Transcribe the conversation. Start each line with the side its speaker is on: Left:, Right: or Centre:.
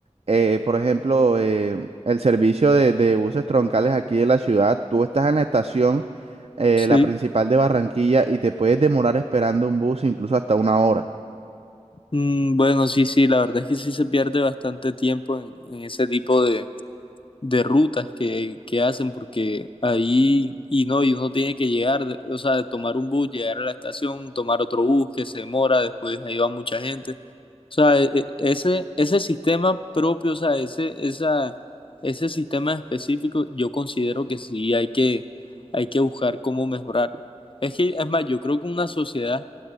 Right: eh, por ejemplo, eh, el servicio de, de buses troncales aquí de la ciudad, tú estás en la estación, eh,
Left: Sí,
Right: la principal de Barranquilla, y te puedes demorar esperando un bus incluso hasta una hora.
Left: Mm, bueno, sí, sí, la verdad es que sí se pierde bastante tiempo en, en ese tipo de, de rutas que, que hacen, porque ahí, y no, y uno tiene que llegar, de- o sea, tomar un bus, llegar a la estación, tomar otro bus que se demora, después ahí va mucha gente. O sea, e- e- ese, ese sistema propio, o sea, ese, esa, ese sistema específico, yo considero que sí hay que, hay que buscar cómo mejorarlo. Es que, es más, yo creo que una sociedad,